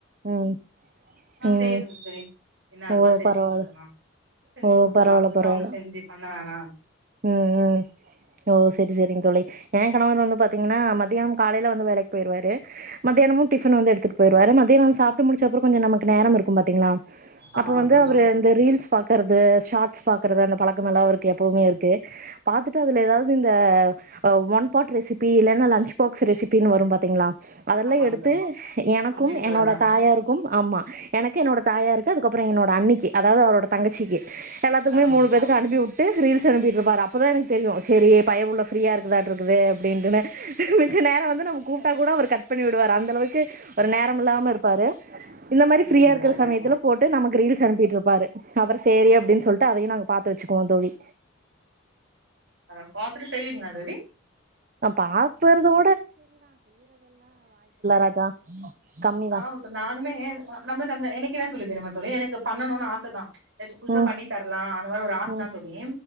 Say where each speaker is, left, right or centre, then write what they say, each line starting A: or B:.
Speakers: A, on the right; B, on the right.
A: ம்
B: ஆ
A: ம்
B: செய்றது தோழி என்ன இருக்கோ
A: ஓ
B: அத செஞ்சு
A: பரவால்ல
B: குடுத்துர்லா செஞ்சு
A: ஓ
B: குடுத்துர்லா
A: பரவால்ல
B: புதுசா
A: பரவால்ல
B: ஒன்னு செஞ்சு பண்ண வேணா
A: ம் ம் ஓ செரி செரிங் தோழி ஏ கணவர் வந்து பாத்தீங்கன்னா மத்தியான காலைல வந்து வேலைக் போயிருவாரு மத்யானமும் டிபன் வந்து யெடுத்துட்டு போய்ருவரு மத்யான சாப்ட்டு முடிச்ச அப்ற நமக்கு கொஞ்ச நமக்கு நேரமிருக்கும் பாத் திங்ளா
B: ஆமாங்க
A: அப்ப வந்து
B: தோழி
A: அவ்ரு அந்த ரீல்ஸ் பாக்றது ஷார்ட்ஸ் பாக்றது அந்த பழக்கமெல்லா அவர்க்கு எப்பவுமே இருக் பாத்துட்டு அதுல எதாவ்து இந்த ஒன் பாட் ரெசிபி இல்லேனா லன்ச் பாக்ஸ் ரெசிபின்னு வரும் பாத்தீங்ளா அதல்லா
B: ஆமாங்க
A: எடுத்து
B: தோழி
A: எனக்கும்
B: அமுச்சு விட்டுருவாரா
A: என்னோட தாயாருக்கும் ஆமா எனக்கு என்னோட தாயாருக்கு அதுக்கப் அப்பற என்னோட அன்னிக்கு அதாவ்து அவரோட தங்கச்சிக்கி எல்லாத்துக்குமே
B: ஆ
A: மூணு பேதுக்கு அனுப்பி உட்டு ரீல் அனுப்பிட்ருப்பாரு அப்பதா எனக்கு தெரியு செரி பயபுள்ள ஃப்ரீயா இருக்குதாட்ருக் குது அப்டின்ட்டுனு மிச்ச நேர வந்து நம்ம கூப்ட்டா கூட அவர் கட் பண்ணி விடுவாரு அந்த அளவுக்கு ஒரு நேரமில்லாம இருப்பாரு இந்த மாரி
B: புரியுதுங்க
A: ஃப்ரீயா இருக்கிற
B: தோழி
A: சமயத்துல போட்டு நமக்கு ரீல்ஸ் அனுப்பிட்ருப்பாரு அப்ற சேரி அப்டின்னு சொல் ட்டு அதையு நாங்க பாத்து வெச்சுக்குவோ தோழி
B: அத பாத்துட்டு செய்விங்ளா தோழி
A: பாக்கறதோ ராஜா கம்மிதா
B: ஆ இப்ப நானுமே நமக்கு அந்த எனக் கென்ன தெரிமா தோழி எனக் கு பண்ணணுனு ஆசதா எதாச்சி புதுசா
A: ம்
B: பண்ணி தரலா அந்த மாரி ஒரு ஆசதா
A: ம்
B: தோழி